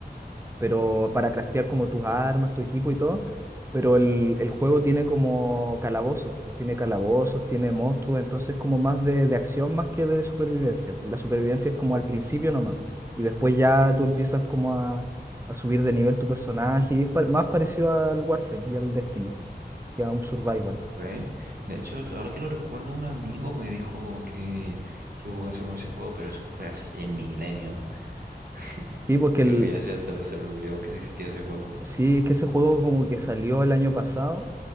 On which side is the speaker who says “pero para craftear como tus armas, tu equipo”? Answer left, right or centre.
Right